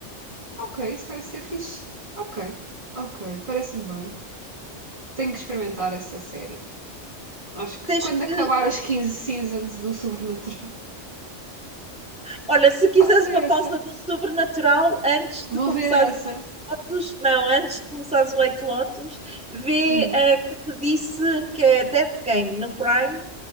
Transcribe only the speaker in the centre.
Tens
que
Olha,
se quiseres
uma
pausa do sobrenatural antes
de começares
o White Lotus, não, antes de começares o White Lotus, vê
a que te disse que é Death Game no Prime.